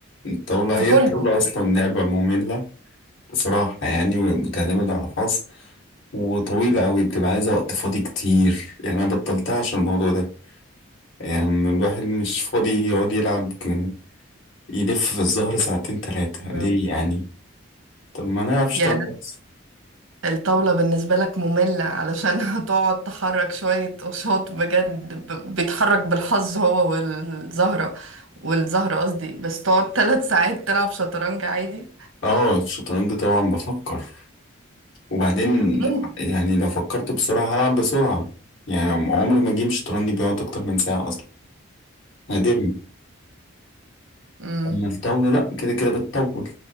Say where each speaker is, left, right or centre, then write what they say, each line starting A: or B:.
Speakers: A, on the left; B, on the right.
A: الطاولة
B: في
A: هي
B: كله
A: الطاولة أصلا لعبة مملة بصراحة يعني وبتعتمد على الحظ وطويلة أوي بتبقى عايزة وقت فاضي كتير يعني أنا بطلتها عشان الموضوع ده يعني الواحد مش فاضي يقعد يلعب ج- يلف في الزهر ساعتين تلاتة
B: مم.
A: ليه يعني طب ما نلعب شطرنج
B: يعني
A: بس
B: الطاوله بالنسبه لك ممله علشان <laughs> هتقعد تحرك شويه قشاط بجد ب- بيتحرك بالحظ هو والزهره والزهره قصدي بس تقعد ثلاث ساعات تلعب شطرنج عادي
A: اه الشطرنج طبعا بفكر وبعدين
B: ممكن
A: يعني لو فكرت بسرعة هلعب بسرعة يعني عمري ما جيم شطرنج بيقعد أكتر من ساعة أصلا نادرا
B: امم
A: أما الطاولة لأ كده كده بتطول